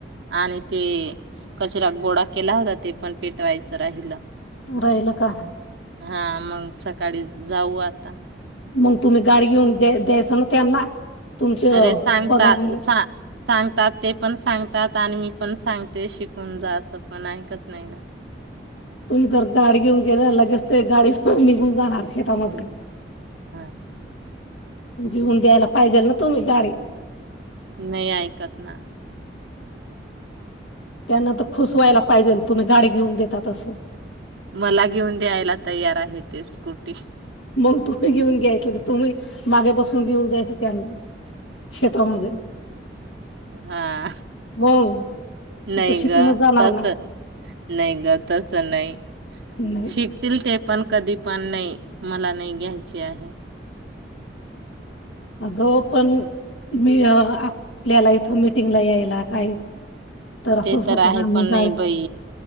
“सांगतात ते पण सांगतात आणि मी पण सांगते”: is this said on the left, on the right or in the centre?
Right